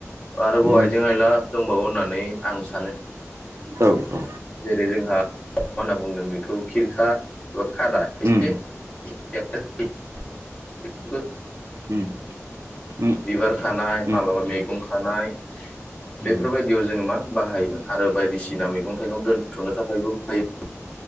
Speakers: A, on the left; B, on the right.
A: आरोबाव
B: उम
A: आइजें आयला दंबावो होननानै सानो
B: औ औ
A: जेरै जोंहा मा होनना बुंगोन बेखौ खिरखा बा खादा एसे
B: उम
A: <unintelligible> <unintelligible>
B: उम उम
A: बिबार खानाय
B: उम
A: माबलाबा मैगं खा थानाय बेफोरबायदियाव
B: उम
A: जोङो मा बाहायोमोन आरो बायदिसिना मैगं थाइगं दोनथ'नो थाखायबो बाहायोमोन।